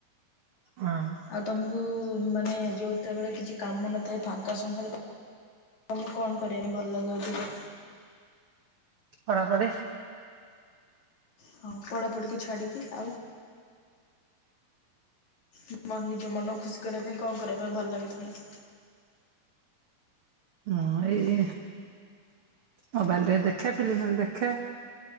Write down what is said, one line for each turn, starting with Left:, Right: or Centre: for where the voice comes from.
Right: ହଁ
Left: ଆଉ ତମୁକୁ ମାନେ ଯେଉତ ବେଳେ କିଛି କାମ ନଥାଏ ଫାଙ୍କା ସମୟରେ ତମୁକୁ କଣ କରିଆ ପାଇଁ ଭଲ ଲାଗେ ଅଧିକ?
Right: ପଢ଼ାପଢ଼ି
Left: ହଁ ପଡ଼ାପଡ଼ି କି ଛାଡ଼ିକି ଆଉ ନି ମ ନିଜ ମନ ଖୁସି କରିଆ ପାଇଁ କଣ କରିଆ ପାଇଁ ଭଲ ଲାଗେ ତମୁକୁ?
Right: ମୁଁ ଏଇ ମୋବାଇଲ ଟିକେ ଦେଖେ ଫିଲିମି ଦେଖେ।